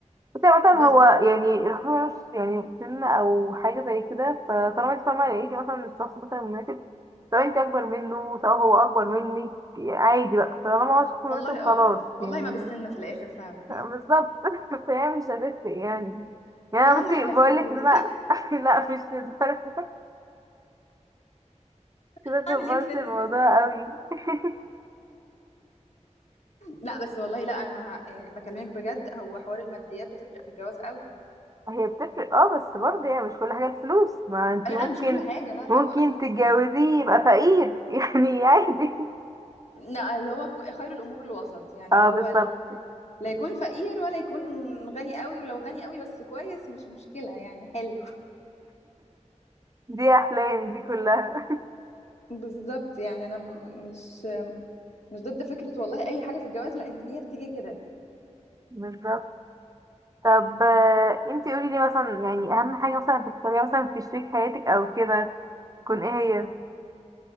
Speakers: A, on the right; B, on the left.
A: بس يعني مثلا هو
B: بس
A: يعني الحب ملوش يعني سن أو حاجة زي كده فطالما انت فاهمة لقيتي مثلا الشخص مثلا مناسب سواء انت أكبر منه سواء هو أكبر منك عادي بقى طالما هو شخص
B: والله
A: مناسب خلاص
B: اه والله
A: يعني
B: ما بالسن في الاخر فعلا
A: بالظبط <laughs> فهي مش هتفرق يعني
B: <laughs>
A: يعني
B: اهم
A: أنا بس
B: حاجه
A: بقولك
B: الفلوس
A: إن أنا <laughs> لا مش للدرجة
B: <laughs>
A: كده كبرت
B: اعمل ايه مسنه
A: الموضوع
B: <laughs>
A: قوي <laughs>
B: لا بس والله لا انا ه- يعني بكلمك بجد هو حوار الماديات بتفرق في الجواز قوي
A: هي بتفرق اه بس برضه يعني مش كل حاجة الفلوس ما انتي
B: لا
A: ممكن
B: مش كل حاجه لا
A: ممكن
B: طبعا
A: تتجوزيه يبقى فقير <laughs> يعني عادي
B: لا اللي هو خير الامور الوسط يعني
A: اه
B: هو
A: بالظبط
B: ال- لا يكون فقير ولا يكون غني قوي ولو غني قوي بس كويس مش مشكلة يعني حلو
A: دي احلام دي كلها
B: بالظبط يعني انا م- مش مش ضد فكرة والله اي حاجة في الجواز لان هي بتيجي كده
A: بالظبط طب آه، انتي قولي لي مثلا يعني اهم حاجة مثلا بتختاريها مثلا في شريك حياتك او كده تكون ايه هي